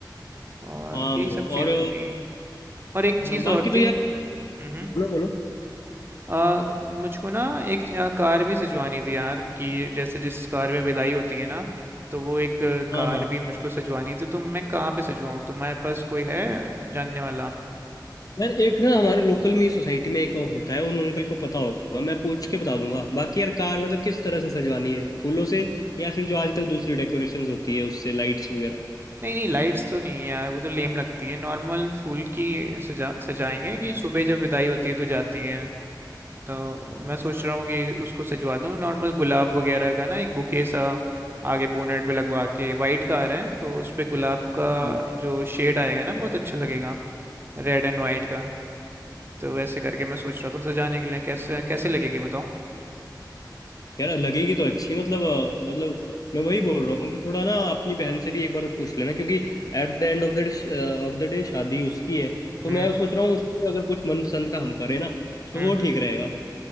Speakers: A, on the right; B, on the left.
A: और
B: हाँ
A: यही
B: ब्रो
A: सब चीज़ें
B: और
A: थी और एक चीज़
B: हाँ बाकी
A: और
B: तो
A: थी
B: यार
A: हम्म
B: बोलो बोलो
A: आ, मुझको ना एक आ, कार भी सजवानी थी यार कि जैसे जिस कार में विदाई होती है ना तो वो एक आ, कार
B: हाँ हाँ
A: भी मुझको सजवानी थी तो मैं कहाँ पे सजवाऊँ तुम्हारे पास कोई है जानने वाला
B: यार एक ना हमारे लोकल में सोसाइटी में एक होता है उन अंकल को पता होगा मैं पूछ के बता दूंगा बाकी यार कार मतलब किस तरह से सजवानी है फूलों से या फिर जो आजकल दूसरी डेकोरेशंस होती है उससे लाइट्स वगैरह
A: नहीं नहीं लाइट्स तो नहीं है यार वो तो लेम लगती है नॉर्मल फूल की सजा सजाएंगे कि सुबह जब विदाई होती है तो जाती हैं तो मैं सोच रहा हूँ कि उसको सजवा दूँ नॉर्मल गुलाब वगैरह का ना एक बुके सा आगे बोनेट पे लगवा के वाइट कार है तो उस पे गुलाब का
B: हम्म।
A: जो शेड आएगा ना बहुत अच्छा लगेगा रेड एंड वाइट का तो वैसे करके मैं सोच रहा था सजाने के लिए कैसे कैसे लगेगी बताओ
B: यार लगेगी तो अच्छी मतलब अ, मतलब मैं वही बोल रहा हूँ कि थोड़ा ना अपनी बहन से भी एक बार पूछ लेना क्योंकि at the end of the of the day शादी उसकी है तो
A: हम्म
B: मैं
A: हम्म
B: सोच रहा हूँ उसकी अगर कुछ मनपसंद का हम करें ना तो
A: हम्म,
B: वो
A: हम्म।
B: ठीक रहेगा